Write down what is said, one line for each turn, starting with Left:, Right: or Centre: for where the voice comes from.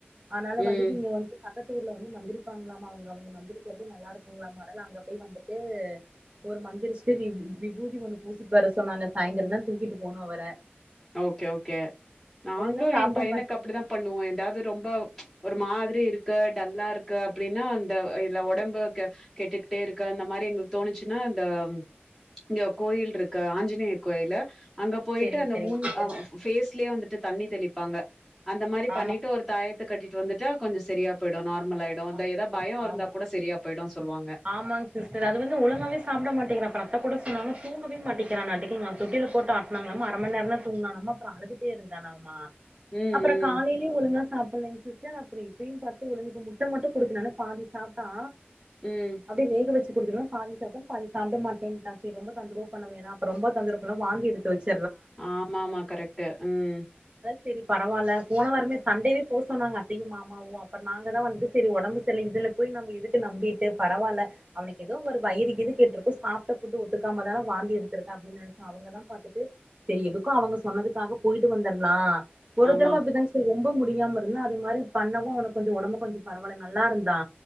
Right: ஆனால
Centre: ம்.
Right: வந்துட்டு இங்க வந்து பா பக்கத்து ஊர்ல வந்து மந்திரிப்பாங்களாமா அவங்க அவங்க மந்திரிக்கிறது நல்லா இருக்கும்ங்களாமா அதனால அங்க போய் வந்துட்டு ஒரு மந்திரிச்சுட்டு வி விபூதி ஒண்ணு பூசிட்டு வர சொன்னாங்க சாயந்தரம் தா தூக்கிட்டு போணும் அவர
Centre: ஓகே ஓகே நாங்களு
Right: ஒழுங்கா சாப்ட
Centre: எ பையனுக்கு
Right: மாட்டிக்கிறா
Centre: அப்படிதா பண்ணுவோ ஏதாவது ரொம்ப ஒரு மாதிரி இருக்கு டல்லா இருக்கு அப்படின்னா அந்த இதுல ஒடம்பு கெ கெட்டுக்கிட்டே இருக்கு அந்த மாதிரி எங்களுக்கு தோணுச்சுன்னா இந்த இங்க கோயில் இருக்கு ஆஞ்சிநேயர் கோயிலு அங்க போயிட்டு
Right: சரிங்க
Centre: அந்த
Right: சரிங்க சிஸ்டர்
Centre: அவ பேஸ்லயே வந்துட்டு தண்ணி தெளிப்பாங் ங்க அந்த மாரி பண்ணிட்டு
Right: ஆமா
Centre: ஒரு தாயத்த கட்டிட் ட்டு வந்துட்டா கொஞ்ச சரியா போயிடும் நா நார்மலாயிடு அந்த
Right: ஆமா
Centre: எதா பயம் இருந்தா
Right: ஆமா
Centre: கூட சரியா போயிடு சொல்லுவாங்
Right: ஆமாங் சிஸ்டர் அது வந்து ஒழுங்காவே சாப்பிட மாட்டேங்கிறா அப்ற அத்த கூட சொன்னாங்க தூங்கவே மாட்டிக்கிறானாட்டிக்கு இவங்க தொட்டில போட்டு ஆட்டனாங்களம்மா அர மணி நேரம் தூங்னானாம்மா அப்பற அழுதுட்டே இருந்தானாம்மா
Centre: ம்,
Right: அப்பற காலைலயு
Centre: ம்,
Right: ஒழுங்கா சாப்புட்லைங் சிஸ் ச்சா அப்பற இப்பயு பாத்து இவனுக்கு முட்ட மட்டு கொடுக்கலானு பாதி சாப்ட்டா
Centre: ம்.
Right: அப்டி வேக வச் சி குடுத்தோன பாதி பாதி சாப்ட மாட்டேன்ட்டா சேரி ரொம்ப தொந்தரவு பண்ண வேணா அப்பறம் ரொம்ப தொந்தரவு பண்ணா வாந்தி எடுத்து வச்சி
Centre: ஆமா ஆமா கரெக்ட் ம்
Right: சேரி பரவால்ல போன வாரமே சண்டேவே போ சொன்னாங்க அத்தையு மாமாவு அப்பறம் நாங்க தா வந்துட்டு சேரி ஒடம்பு சரில்ல இதுல போய் நம்ப எதுக்கு நம்பிட்டு பரவால்ல அவனுக்கு ஏதோ ஒரு வயிறு கீது கெட்டுருக்கு சாப்ட்ட ஃபுட் ஒத்துக்காம தான வாந்தி எடுத்திருக்க அப்டின்னு நெனைச்சோ அவங்கதா பாத்துட்டு சேரி எதுக்கும் அவங்க சொன்னதுக்காக போயிட்டு வந்தற்லா ஒரு
Centre: ஆமா.
Right: தடவை அப்டிதாங் சேரி ரொம்ப முடி முடியாம இருந்தா அது மாரி பண்ணவு அவனக்கு கொஞ்சம் ஒடம்பு கொஞ்சம் பரவால்ல நல்லா இருந்தா